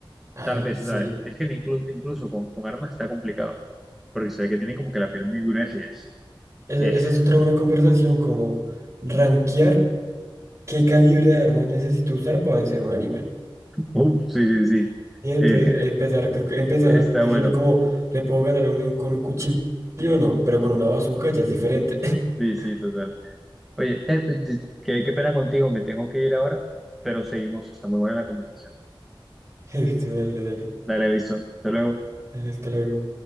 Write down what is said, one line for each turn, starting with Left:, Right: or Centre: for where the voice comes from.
Right: Ah,
Centre: tal vez,
Right: sí.
Centre: o sea, es que incluso, incluso con, con armas está complicado, porque se ve que tienen como que la piel muy gruesa y es,
Right: E-
Centre: y es-
Right: esa es otra buena conversación, como rankear qué calibre de armas necesito usar para vencer a un animal.
Centre: <laughs> uf, sí, sí, sí,
Right: Y entonces
Centre: Eh,
Right: eh, empezar, empezar
Centre: <laughs> está
Right: diciendo
Centre: bueno,
Right: como, ¿le puedo ganar a un león con un cuchillo? No, pero con una bazooka ya es diferente. <laughs>
Centre: sí, sí, total. Oye, eh, pues, di- qué, qué pena contigo, me tengo que ir ahora, pero seguimos, está muy buena la conversación.
Right: Dale, dale.
Centre: Dale, listo, hasta luego.
Right: Dale, Hasta luego.